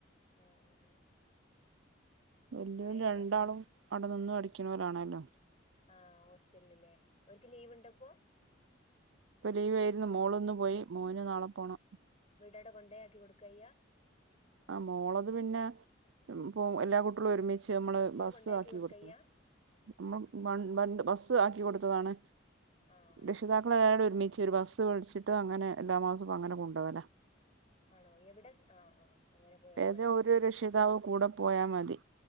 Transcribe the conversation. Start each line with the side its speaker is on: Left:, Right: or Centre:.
Left: ആഹ് ആഹ് ആഹ്
Right: വെല്ല്യോല്
Left: മഴണ്ടോ
Right: രണ്ടാളും അവിടെ നിന്ന് പഠിക്ണോലാണല്ലോ
Left: ആഹ് ഹോസ്റ്റല്ല് ല്ലേ ഓൽക്ക് ലീവിണ്ടപ്പോ
Right: ഇപ്പൊ ലീവേര്ന്ന് മോളിന്നു പോയി മോന് നാളെ പോണം
Left: വീടടെ കൊണ്ടൊയാക്കി കൊടുക്കായ്യ
Right: ആഹ് മോളത് പിന്നെ പോ എല്ലാ കുട്ട് ളും ഒരുമിച്ച്
Left: സ്കൂ
Right: നമ്മള്
Left: ഹോസ്റ്റലിൽ
Right: ബസ്
Left: കൊണ്ടയാക്കി
Right: ആക്കി
Left: കൊടുക്കയ്യ
Right: കൊടുത്തു നമ്മള് ബ ബ ബസ്സ് ആക്കി കൊടുത്തതാണ്
Left: ആഹ് ആണോ
Right: രക്ഷിതാക്കളെല്ലാ
Left: ആണോ
Right: ഒരുമി ച്ചൊരു ബസ് വേടിച്ചിട്ട് അങ്ങനെ എല്ലാ മാസ അങ്ങനെ കൊണ്ടോകലാ
Left: ആണോ എവിടെസ് ആഹ് ആഹ് അങ്ങനെ പോയി അവിടെ
Right: ഏതൊ
Left: പഠിക്കേക്കുല്ലേ
Right: ഒര് രക്ഷിതാവ് കൂടെ പോയാൽ മതി